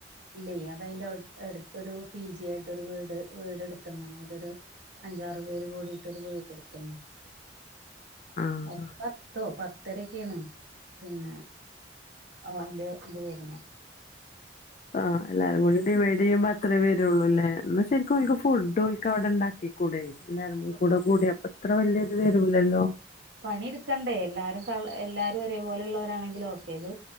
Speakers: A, on the right (about 65°); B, on the left (about 40°).
A: ഇല്ലേ അത് അയിന്റെ അടു അടുത്തൊരു പി ജി ആയിടൊരു വീട് വീടെടുത്തു താണ് അവര് ഒരു അഞ്ചാറ് പേര് കൂടിട്ടൊരു വീടെടുത്ത്ണ്
B: ആഹ്
A: ആ പത്തോ പത്തരൊക്കെയാണ് പിന്നെ അതിന്റെ ഇത് വരുന്നേ
B: ആഹ് എല്ലാരുകൂടി ഡിവൈഡ് ചെയ്യുമ്പോ അത്രേ വരുയുള്ളൂല്ലേ എന്ന ശരിക്കും ഓല്ക്ക് ഫുഡ് ഓല്ക്ക് അവിടെ ഇണ്ടാക്കി കൂടെ എല്ലാരും കൂടെ
A: ഫുഡ്
B: കൂടി അപ്പ ഇത്ര വല്യ ഇത് വരുല്ലല്ലോ
A: പണി ട്ക്കണ്ടേ എല്ലാരും ക എല്ലാരും ഒരേപോലെ ഇള്ളവരാണെങ്കില് ഒക്കെ ഇത്